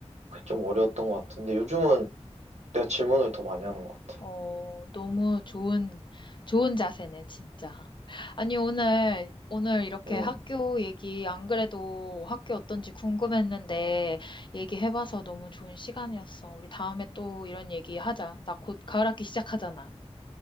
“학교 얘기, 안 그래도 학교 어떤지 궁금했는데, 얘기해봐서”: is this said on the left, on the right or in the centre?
Left